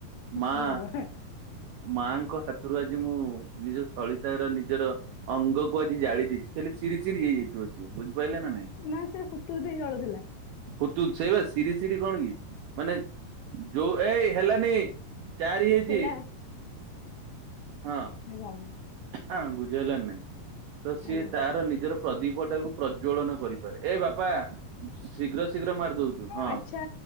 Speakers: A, on the right; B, on the left.
A: ମାଆ
B: ଓ ଭଗବାନ
A: ମାଁ ଙ୍କ ହାତରୁ ଆଜି ମୁଁ ନିଜ ସଳିତାର ନିଜର ଅଙ୍ଗ କୁ ଆଜି ଜାଳି ଇଛି ଖାଲିି ଚିରି ଚିରି ହେଇଯାଇଥିବ ଛିଏ ବୁଝିପାଇଲେ ନା ନାଇଁ?
B: ନା ସେ ହୁତୁ ହୁତୁ ହେଇ ଜଳୁଥିଲା।
A: ହୁତ୍ ହୁ ସେଇ ବା ସିରି ସିରି କଣ କି, ମାନେ ଯୋଉ ଏଇ ହେଲାନି। ଚାରି ହେଇଛି
B: ହେଲା।
A: ହଁ,
B: ଏ ଭଗ
A: ହଁ ବୁଝିହେଲାଣ୍ ନାଇଁ ତ ସିଏ
B: ଆଜ୍ଞା।
A: ତାର ନିଜର ପ୍ରଦୀପ ଟାକୁ ପ୍ରଜ୍ୱଳନ କରିପାରେ। ଏ ବାପା ଶୀଘ୍ର ଶୀଘ୍ର ମାରି ଦଉଛୁ, ହଁ।
B: ଆଚ୍ଛା